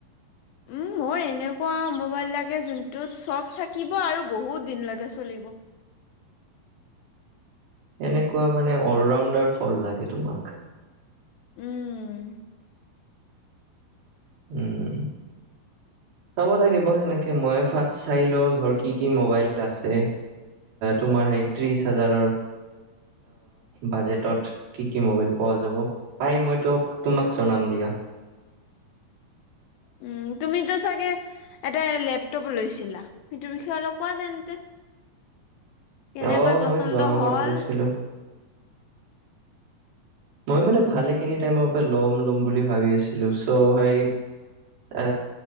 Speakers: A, on the left (about 80°); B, on the right (about 80°).
A: উম মোৰ এনেকুৱা মোবাইল লাগে, যোনটোত চব থাকিব আৰু বহুত দিনলৈকে চলিব।
B: এনেকুৱা মানে অলৰাউণ্ডাৰ ফোন লাগে তোমাক।
A: উম।
B: উম। চাব লাগিব সেনেকে মই। ফাৰ্ষ্ট চাই লওঁ ধৰ কি কি মবাইল আছে তোমাৰ স ত্ৰিশ হাজাৰৰ বাজটত। কি কি ম'বাইল পোৱা যাব। পাই মই তোমাক জনাম দিয়া।
A: উম তুমিতো চাগে এটা লেপটপ লৈছিলা, সেইটোৰ বিষয়ে অলপ কোৱা তেন্তে। কেনেকৈ
B: অ
A: পচন্দ
B: মই যোৱা মাহত
A: হ'ল।
B: লৈছিলো। মই মানে‌ ভালেখিনি টাইম ল'ম ল'ম বুলি ভাবি আছিলোঁ। চ'